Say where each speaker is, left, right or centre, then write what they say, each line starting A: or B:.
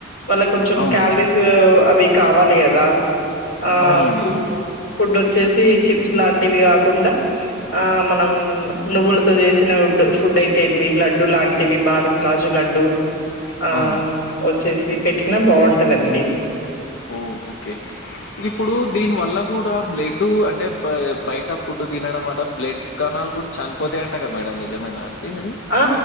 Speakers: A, on the left (about 85°); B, on the left (about 60°).
A: వాళ్ళకి కొంచెం
B: అవునండి
A: క్యాలరీస్ అవి కావాలి కదా? ఆ
B: అవునండి
A: ఫుడ్
B: అవును
A: ఫుడ్ వచ్చేసి చిప్స్ లాంటివి కాకుండా ఆ మనం నువ్వులతో చేసిన వుడ్ ఫుడ్ అయితేంది లడ్డూ లాంటివి బాదం కాజు లడ్డు ఆ
B: అవునండి
A: అమ్ వచ్చేసి పెట్టినా బాగుంటదండి
B: ఓ ఓకే ఇప్పుడు
A: హ్మ్.
B: దీని వల్ల కూడా బ్లెడ్ అంటే బయట ఫుడ్ తినడం అట బ్లడ్ కణాలు కూడా చనిపోతాయంట కదా మేడం నిజమేనా? ఉమ్
A: ఆ